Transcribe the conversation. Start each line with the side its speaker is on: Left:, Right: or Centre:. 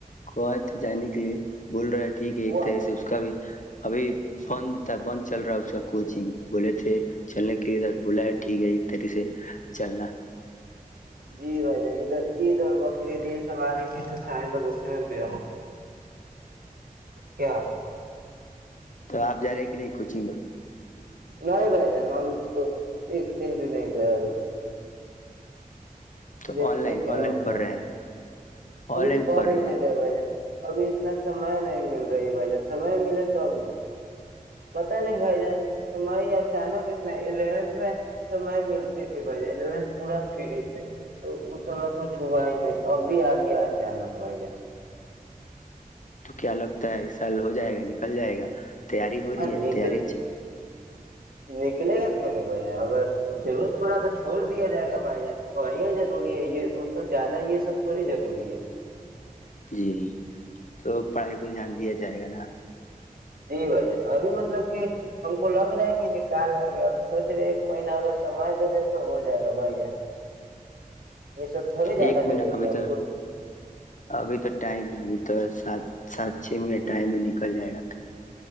Left: کو تھے جانے کے لیے بول رہا ہے ٹھیک ہے ایک
Right: وہ
Left: تھا اسے اس کا بھی ابھی بند تھا بند چل رہا اس کا کوچنگ بولے تھے چلنے کےے بولا ہے ٹھیک ہے ایک طرح سے چلنا <unintelligible>
Right: جی بھائی جان ادھر عید اور بقرعید یہ سب آ رہی تھی تو سارے لوگ اسی میں پیا کیا
Left: تو آپ جا رہے کہ نہیں کوچنگ اور
Right: نہیں بائی جان تو ایک تین د نہیں ہی کیا
Left: تو
Right: دیکھیے
Left: آن لائن
Right: کیا
Left: آن لائن
Right: ہوتا
Left: پڑھ رہے
Right: ہے؟
Left: ہیں
Right: ابھی
Left: آن لائن
Right: پر
Left: پڑھ
Right: ہی
Left: ہیں
Right: نہیں رہے بھائی ابھی اتنا سمے نہیں مل رہی ہے بھائی جان سمے ملے تب نا پتا نہیں بھائی جان سم اچانک اتنا الیونھ میں سم ملتی تھی بھائی جان الیونتھ پورا فری تھے تو اس سمے کو چھا ہی نہیں ابھی آگیا اچانک بھائی جان
Left: تو کیا لگتا ہے اس سال ہو جائے گا نکل جائے گا تیاری ہو رہی
Right: اور
Left: ہے
Right: نکل
Left: تیاری چ
Right: نکلے گا کیوں نہیں بھائی اگر ضرور پوڑا تو چھوڑ دیا جائے گا بھائی جان اوریا ضروری ہے یہ مطلب زیادہ یہ سب تھوڑی ضروری ہے
Left: جی تو پڑھائی پہ دھیان دیا جائے گا نا
Right: جی بھ جان ابھی مطلب کہ ہم کو لگ رہا ہے کہ نکال لیں گے ابھی سوچ رہے ایک مہینہ اگر سمج دے دے تو ہو جائے گا بھائی جان یہ سب تھوڑی زیادہ
Left: ایک منٹ
Right: ضروری
Left: ابھی
Right: ہے
Left: تو
Right: خود
Left: ابھی تو ٹائم ہے ابھی تو سات سات چھ منٹ ٹائم میں نکل جائے گا